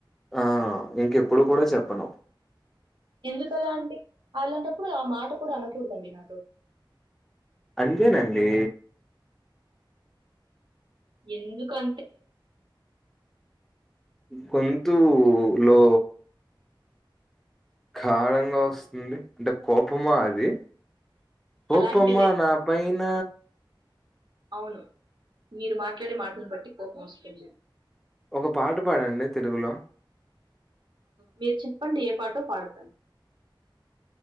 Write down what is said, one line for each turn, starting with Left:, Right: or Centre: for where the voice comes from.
Centre: ఆ ఇంకెప్పుడు కూడా చెప్పను
Right: ఎందుకలా అండి అలాంటప్పుడు ఆ మాట కూడా అనకూడదండి నాతో
Centre: అంతె నండి
Right: ఎందుకు అంతే
Centre: గొంతు లో కణంగా వస్తుంది అంటే కోపమా అది కోపమా
Right: అలాంటిదే
Centre: నా పైన
Right: అవును మీరు మాట్లాడే మాటలను బట్టి కోపం వస్తుంది
Centre: ఒక పాట పాడండి తెలుగులో
Right: మీరు చెప్పండి ఏ పాటో పాడుత ను